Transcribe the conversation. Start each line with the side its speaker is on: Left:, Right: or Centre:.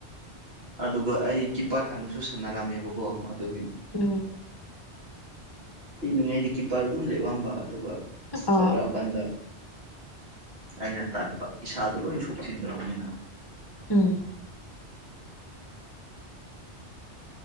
Right: ꯑꯗꯨꯒ ꯑꯩ ꯀꯤꯞꯄꯔ ꯍꯥꯟꯅꯁꯨ ꯁꯥꯟꯅꯔꯝꯃꯦꯕꯀꯣ ꯑꯗꯨꯒꯤ
Left: ꯎꯝ
Right: ꯄꯤꯛꯂꯤꯉꯩꯗꯤ ꯀꯤꯞꯄꯔ ꯑꯗꯨꯝ ꯂꯦꯞꯑꯝꯕ ꯑꯗꯨꯒ ꯑꯁ
Left: ꯑ
Right: ꯆꯥꯎꯔꯑꯀꯥꯟꯗ ꯑꯩꯅ ꯇꯥꯔꯨꯕ ꯏꯁꯥꯗꯣ ꯂꯣꯏ ꯁꯣꯛꯆꯤꯟꯗꯧꯔꯤꯃꯤꯅ
Left: ꯎꯝ